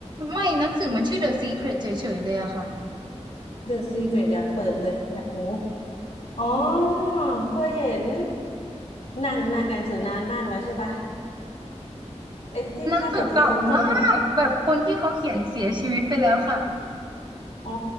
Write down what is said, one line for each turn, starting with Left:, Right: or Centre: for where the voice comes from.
Right: ไม่หนังสือมันชื่อ The Secret เฉยๆเลยอะค่ะ
Left: The Secret เดี๋ยวเปิดเลยอยากรู้อ๋อเคยเห็นหนังหนังหนังสือนานมากแล้วใช่ปะไอ้ที่หน้าปกสีส้มๆใช่ไหมคะ
Right: หนังสือเก่ามากแบบคนที่เขาเขียนเสียชีวิตไปแล้วค่ะ
Left: อ๋อ